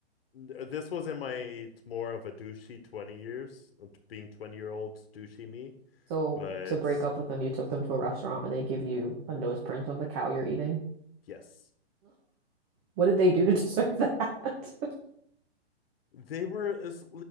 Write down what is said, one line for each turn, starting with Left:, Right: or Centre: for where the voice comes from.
Left: this was in my more of a douchey 20 years, uh, being 20 year old douchey me.
Right: So
Left: But
Right: to break up with them, you took them to a restaurant where they give you a nose print of the cow you're eating. <laughs>
Left: yes.
Right: What did they do to deserve that? <laughs>
Left: They were as